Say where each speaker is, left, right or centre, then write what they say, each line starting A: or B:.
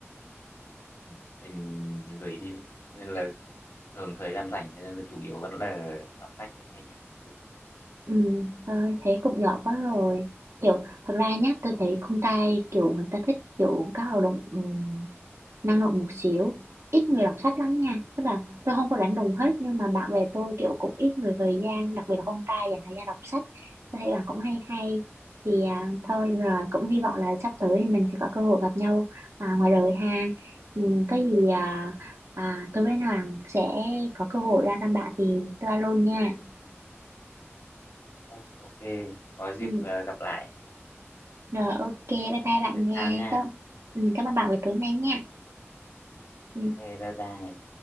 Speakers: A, on the left; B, on the right.
A: Ừ, Mình lười đi lắm. Cho Nên là thường thời gian rảnh cho nên là chủ yếu vẫn là đọc sách với nghe nhạc. các thứ.
B: Ừ, thôi thế cũng giỏi quá rồi. Kiểu thật ra nhá, tôi thấy con trai kiểu người ta thích kiểu các hoạt động ừ, năng động một xíu ít người đọc sách lắm nha tức là tôi không có đánh đồng hết nhưng mà bạn bè tôi kiểu cũng ít người thời gian đặc biệt là con trai dành thời gian đọc sách tôi thấy bạn cũng hay hay thì à, thôi rồi cũng hy vọng là sắp tới thì mình sẽ có cơ hội gặp nhau à, ngoài đời ha ừ, có gì à, à, tôi với anh Hoàng sẽ có cơ hội ra thăm bạn thì tôi alo nha
A: Thôi, Ok, có dịp
B: ừ,
A: à, gặp lại.
B: rồi ok bye
A: Ừ,
B: bye bạn
A: vậy
B: nha
A: chào nha.
B: cảm, ừ, cảm ơn bạn về tối nay nha Ừ.
A: Ok, bye bye.